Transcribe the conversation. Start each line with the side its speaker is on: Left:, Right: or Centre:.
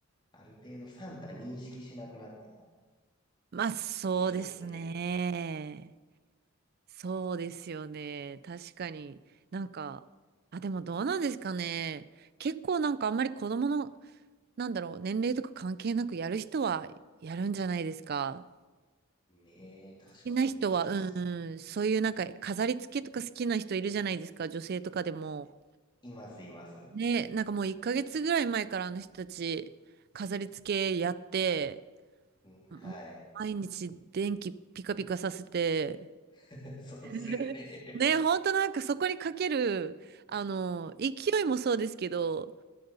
Left: ある程度サンタ認識しなくなったら
Right: まあそうですね。
Left: いいっすよね。
Right: そうですよね。確かに。なんか、あ、でもどうなんですかね。結構なんかあんまり子供の、なんだろう、年齢とか関係なくやる人はやるんじゃないですか。
Left: ねえ、確かに、
Right: 好きな人は、
Left: ちょっとそう、
Right: うんうん、そういうなんか飾り付けとか好きな人いるじゃないですか、女性とかでも。
Left: います、います。
Right: ね、なんかもう1ヶ月ぐらい前からあの人たち飾り付けやって、
Left: うん、はい。
Right: もう毎日電気ピカピカさせて、
Left: <laughs> そうっすよね。
Right: <laughs> ね、ほんとなんかそこにかける、あの、勢いもそうですけど、